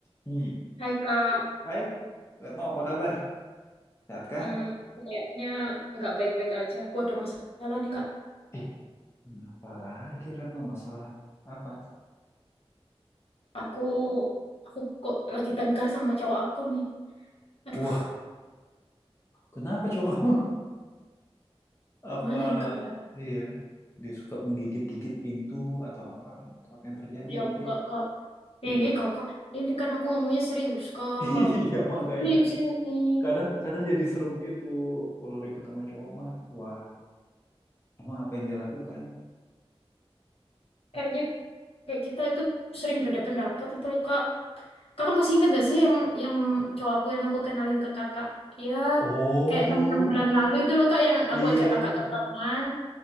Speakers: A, on the left; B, on the left.
A: Hmm.
B: Hai Kak,
A: Hai, Retno apa kabar? Sehat kah?
B: Hmm, kayaknya nggak baik-baik aja. Aku ada masalah nih Kak.
A: Ih, kenapa lagi Retno masalah apa?
B: Aku aku kok lagi tengkar sama cowok aku nih. Aduh,
A: Wah, kenapa cowok kamu? <laughs> Apa,
B: mana ya Kak? Ya
A: iya, dia suka menggigit-gigit pintu atau apa? gitu. Apa yang terjadi
B: Ya
A: sama
B: enggak
A: dia?
B: Kak.
A: Enggak.
B: Ih Kakak, ini kan aku ngomongnya serius Kak.
A: <laughs> Iya, makanya.
B: Serius ini.
A: Kadang kadang jadi serem gitu kalau ribut sama cowok mah. Wah, emang apa yang dia lakukan?
B: Kayaknya kayak kita itu sering beda pendapat itu loh Kak. Kakak masih ingat gak sih yang yang cowok aku yang aku kenalin ke Kakak? Ya,
A: Oh,
B: kayak enam enam bulan lalu itu loh Kak yang aku
A: iya
B: ajak Kakak
A: iya.
B: ketemuan.